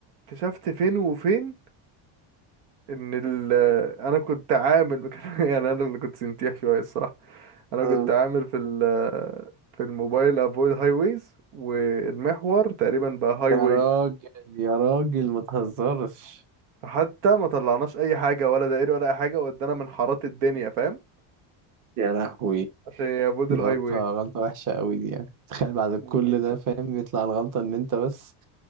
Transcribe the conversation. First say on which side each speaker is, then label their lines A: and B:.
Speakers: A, on the right; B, on the right.
A: اكتشفت فين وفين ان ال انا كنت عامل <laughs> يعني انا اللي كنت سنتيح شويه الصراحه انا
B: مم.
A: كنت عامل في ال في الموبايل افويد هاي ويز والمحور تقريبا بقى هاي
B: يا
A: واي
B: راجل يا راجل ما تهزرش
A: فحتى ما طلعناش اي حاجه ولا دائري ولا اي حاجه ودانا من حارات الدنيا فاهم
B: يا لهوي
A: عشان يافويد
B: دي
A: الهاي
B: غلطة
A: واي
B: غلطة وحشة قوي دي يعني تخيل بعد كل
A: مميت
B: ده فاهم يطلع الغلطة ان انت بس